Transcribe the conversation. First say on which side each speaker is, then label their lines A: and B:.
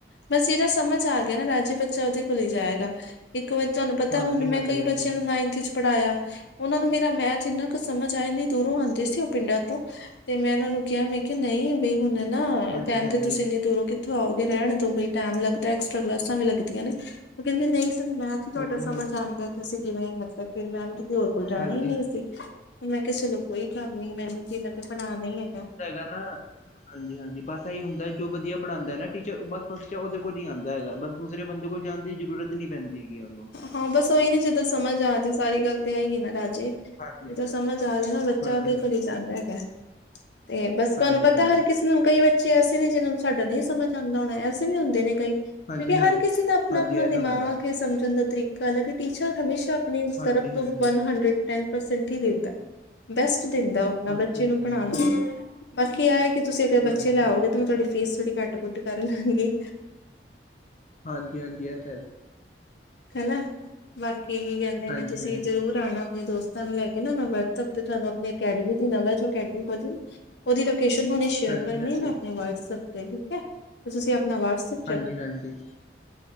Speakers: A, on the left; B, on the left.
A: ਬਸ, ਏਦਾ ਸਮਝ ਆ ਗਿਆ ਨਾ ਰਾਜੇ ਬੱਚਾ ਓਦੇ ਕੋਲੇ ਈ ਜਾਏਗਾ। ਇੱਕ ਵਾਰੀ ਤੁਹਾਨੂੰ ਪਤਾ
B: ਹਾਂਜੀ
A: ਹਣ
B: ਹਾਂਜੀ
A: ਮੈਂ ਕਈ ਬੱਚਿਆਂ
B: ਇਹ ਤਾਂ ਹੈ
A: ਨੂੰ ਨਾਈਨਥ ਚ ਪੜ੍ਹਾਇਆ। ਓਨਾਂ ਨੂੰ ਮੇਰਾ ਮੈਥ ਏਨਾ ਕ ਸਮਝ ਆਇਆ, ਐਨੀ ਦੂਰੋਂ ਆਦੇ ਸੀ ਓ ਪਿੰਡਾਂ ਤੋਂ। ਤੇ ਮੈਂ ਏਨਾਂ ਨੂੰ ਕਿਹਾ ਮੈਂ ਕਿਹਾ ਨ‌‌ਈ, ਬਈ ਹੁਣ ਨਾ
B: ਹਾਂਜੀ
A: ਟੈਮ
B: ਹਾਂਜੀ
A: ਤੇ ਤੁਸੀਂ ਐਨੀ ਦੂਰੋ ਕਿੱਥੋਂ ਆਓਗੇ ਰਹਿਣ ਦੋ ਗੇ ਟੈਮ ਲੱਗਦਾ ਐਕਸਟਰਾ ਕਲਾਸਾਂ ਵੀ ਲੱਗਦੀਆਂ ਨੇ, ਓ ਕਹਿੰਦੇ ਨ‌ਈ ਸਾਨੂੰ ਮੈਥ ਈ ਤੁਹਾਡਾ
B: ਹਾਂਜੀ
A: ਸਮਝ ਆਦਾ। ਤੁਸੀਂ ਕਿਵੇਂ ਮਤਲਬ ਫੇਰ ਮੈਮ ਕਿਸੇ ਹੋਰ ਕੋਲ ਜਾਣਾ
B: ਹਾਂਜੀ
A: ਈ ਨੀ ਅਸੀ। ਮੈਂ ਕਿਹਾ ਚਲੋ ਕੋਈ ਗੱਲ ਨੀ ਮੈਨੂੰ ਕੀ, ਮੈਂ ਤੇ ਪੜਾਣਾ ਈ ਹੈਗਾ।
B: ਹੁੰਦਾ ਹੈਗਾ ਨਾ ਹਾਂਜੀ-ਹਾਂਜੀ, ਬਸ ਐ‌ਈ ਹੁੰਦਾ ਜੋ ਵਧੀਆ ਪੜਾਦਾ ਨਾ ਟੀਚਰ ਬਸ ਬੱਚਾ ਓਦੇ ਕੋਲ ਈ ਆਦਾ ਹੈਗਾ ਬਸ ਦੂਸਰੇ ਬੰਦੇ ਕੋਲ ਜਾਣ ਦੀ ਜ਼ਰੂਰਤ ਨੀ ਪੈਂਦੀ ਹੈਗੀ ਓਨੂੰ।
A: ਹਾਂ ਬਸ, ਓਹੀ ਨਾ ਜਿਦਾਂ ਸਮਝ ਆਜੇ ਸਾਰੀ ਗੱਲ ਤੇ ਏਹੀ ਏ ਨਾ ਰਾਜੇ।
B: ਹਾਂਜੀ
A: ਜਿਦਾਂ ਸਮਝ ਆਜੇ ਨਾ ਬੱਚਾ
B: ਹਾਂਜੀ
A: ਓਦੇ ਕੋਲ ਈ ਜਾਂਦਾ ਹੈਗਾ। ਤੇ ਬਸ ਤੁਹਾਨੂੰ
B: ਹਾਂਜੀ
A: ਪਤਾ
B: ਹਾਂਜੀ ਹਾਂਜੀ
A: ਹਰ ਕਿਸੇ ਤੇ ਹੁਣ ਕਈ ਬੱਚੇ ਐਸੇ ਨੇ ਜਿੰਨਾਂ ਨੂੰ ਸਾਡਾ ਨ‌‌ਈ ਸਮਝ ਆਦਾ ਹੋਣਾ, ਐਸੇ ਵੀ ਹੁੰਦੇ ਨੇ ਕਈ। ਕਿਉਂਕਿ
B: ਹਾਂਜੀ
A: ਹਰ
B: ਹਾਂਜੀ
A: ਕਿਸੀ ਦਾ ਅਪਣਾ-ਅਪਣਾ
B: ਹਾਂਜੀ ਇਹ
A: ਦਿਮਾਗ
B: ਤਾਂ ਹੈਗਾ
A: ਐ ਸਮ ਝਣ ਦਾ ਤਰੀਕਾ ਅਲਗ ਐ, ਟੀਚਰ ਹਮੇਸ਼ਾ ਆਪਣੀ
B: ਹਾਂਜੀ
A: ਤਰਫ ਤੋਂ
B: ਹਾਂਜੀ
A: ਵਨ ਹੰਡਰਡ ਟੈਨ ਪਰਸੈਂਟ ਈ ਦਿੰਦਾ, ਬੈਸਟ ਦਿੰਦੈ ਓ। ਨਾ
B: ਹਾਂਜੀ
A: ਬੱਚੇ
B: ਹਾਂਜੀ
A: ਨੂੰ ਪੜਾਨ ਲਗੇ ਬਾਕੀ ਏਹ ਐ ਕਿ ਤੁਸੀਂ ਅਗਰ
B: ਹਾਂਜੀ
A: ਬੱਚੇ ਲੈ ਆਓਗੇ ਤਾਂ, ਮੈਂ ਤੁਹਾਡੀ ਫੀਸ ਥੋੜੀ ਘੱਟ ਕਰ ਲਾਂਗੀ।
B: ਹਾਂਜੀ-ਹਾਂਜੀ ਏਹ ਤ
A: ਹਨਾ, ਬਾਕੀ ਏਹੀ ਕਹਿੰਦੇ
B: ਹਾਂਜੀ
A: ਨੇ ਤੁਸੀਂ
B: ਹਾਂਜੀ
A: ਜਰੂਰ ਆਣਾ। ਆਪਣੇ ਦੋਸਤਾਂ ਨੂੰ ਲੈ ਕੇ ਨਾ ਮੈਂ ਵਟਸਐਪ ਤੇ ਤੁਹਾਨੂੰ ਆਪਣੀ ਅਕੈਡਮੀ ਦੀ ਨਵਾਂ ਜੋ ਅਕੈਡਮੀ ਖੋਲੀ ਨਾ ਓਦੀ ਲੋਕੇਸ਼ਨ ਹੁਨੇ ਸ਼ੇਅਰ
B: ਹਾਂਜੀ
A: ਕਰਨੀਆਂ
B: ਹਾਂਜੀ
A: ਮੈਂ ਆਪਨੇ ਵਟਸਐਪ ਤੇ, ਠੀਕ ਹੈ। ਤੁਸੀਂ ਆਪਣਾ ਵਾਟਸਐਪ
B: ਹਾਂਜੀ, ਹਾਂਜੀ